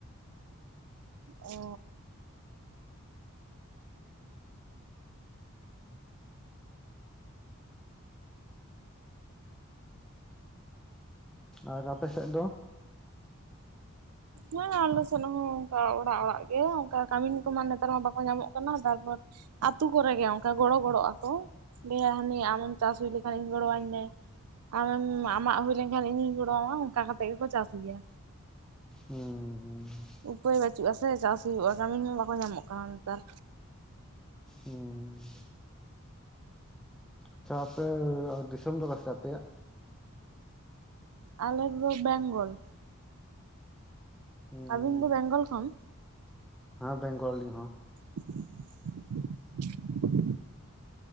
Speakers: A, on the right; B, in the centre.
A: ᱚ ᱾
B: ᱟᱨ ᱟᱯᱮ ᱥᱮᱫ ᱫᱚ?
A: ᱦᱮᱸ ᱟᱞᱮ ᱥᱮᱫ ᱦᱚᱸ ᱚᱱᱠᱟ ᱚᱲᱟᱜ ᱚᱲᱟᱜ ᱜᱮ ᱚᱱᱠᱟ ᱠᱟᱹᱢᱤᱱ ᱠᱚᱢᱟ ᱱᱮᱛᱟᱨ ᱢᱟ ᱵᱟᱠᱚ ᱧᱟᱢᱚᱜ ᱠᱟᱱᱟ ᱛᱟᱨᱯᱚᱨ ᱟᱛᱩ ᱠᱚᱨᱮ ᱜᱮ ᱚᱱᱠᱟ ᱜᱚᱲᱚ ᱜᱚᱲᱚᱜ ᱟᱠᱚ ᱾ ᱞᱟᱹᱭᱟᱭ ᱦᱟᱹᱱᱤ ᱟᱢᱮᱢ ᱪᱟᱥ ᱦᱩᱭ ᱞᱮᱠᱷᱟᱱ ᱤᱧ ᱜᱚᱲᱚᱟᱹᱧ ᱢᱮ ᱾ ᱟᱢ ᱟᱢᱟᱜ ᱦᱩᱭ ᱞᱮᱱᱠᱷᱟᱱ ᱤᱧ ᱜᱚᱲᱚᱣᱟᱢᱟ ᱚᱱᱠᱟ ᱠᱟᱛᱮᱫ ᱜᱮᱠᱚ ᱪᱟᱥ ᱜᱮᱭᱟ᱾
B: ᱦᱩᱸ <unintelligible>
A: ᱩᱯᱟᱹᱭ ᱵᱟᱹᱪᱩᱜ-ᱟ ᱥᱮ ᱪᱟᱥ ᱦᱩᱭᱩᱜ-ᱟ ᱠᱟᱹᱢᱤᱱ ᱦᱚᱸ ᱵᱟᱠᱚ ᱧᱟᱢᱚᱜ ᱠᱟᱱᱟ ᱱᱮᱛᱟᱨ᱾
B: ᱦᱩᱸ ᱾ ᱟᱪᱷᱟ ᱟᱯᱮ ᱫᱤᱥᱚᱢ ᱫᱚ ᱠᱟ ᱥᱮ ᱟᱯᱮᱭᱟᱜ?
A: ᱟᱞᱮᱫᱚ ᱵᱮᱝᱜᱚᱞ᱾
B: ᱦᱩᱸ
A: ᱟᱹᱵᱤᱱ ᱫᱚ ᱵᱮᱝᱜᱚᱞ ᱠᱷᱚᱱ?
B: ᱦᱮᱸ ᱵᱮᱝᱜᱚᱞ ᱟᱞᱤᱧ ᱦᱚᱸ᱾
A: <unintelligible>